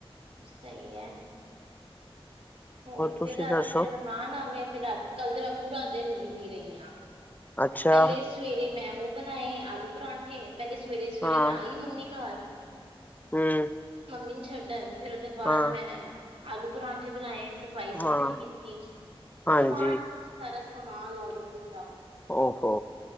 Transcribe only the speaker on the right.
ਸਹੀ ਐ। ਹੋਰ
ਫਿਰ ਰਾਤੀ
ਮੇਰੇ ਮਹਿਮਾਨ ਆ ਗਏ, ਫਿਰ ਰਾ ਕੱਲ ਤੇ ਬਾ ਪੂਰਾ ਦਿਨ ਬਿਜੀ ਰਈ ਆਂ।
ਪਹਿਲੇ ਸਵੇਰੇ ਮੈਂ ਉਹ ਬਣਾਏ ਆਲੂ ਪਰੋਂਠੇ। ਪਹਿਲੇ ਸਵੇਰੇ-ਸਵੇਰੇ
ਮੈਂ ਆਈ ਮੰਮੀ ਘਰ,
ਮੰਮੀ ਛੱਡਣ। ਫਿਰ ਉਹਦੇ ਬਾਅਦ
ਮੈਂ ਆਲੂ ਪਰਾਂਠੇ ਬਣਾਏ। ਸਫ਼ਾਈ
ਸਫੂਈ ਕੀਤੀ
ਸਮਾਨ ਸਾਰਾ। ਸਮਾਨ ਆਰਡਰ ਕੀਤਾ।